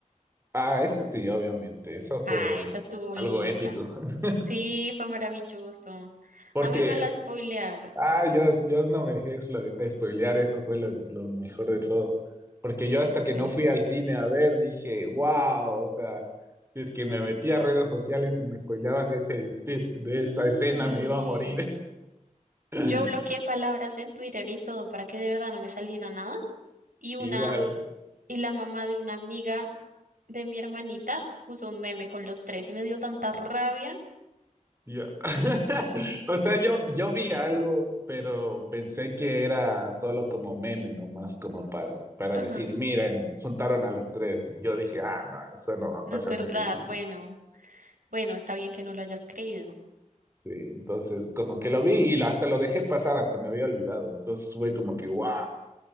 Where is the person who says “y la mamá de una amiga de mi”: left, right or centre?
Right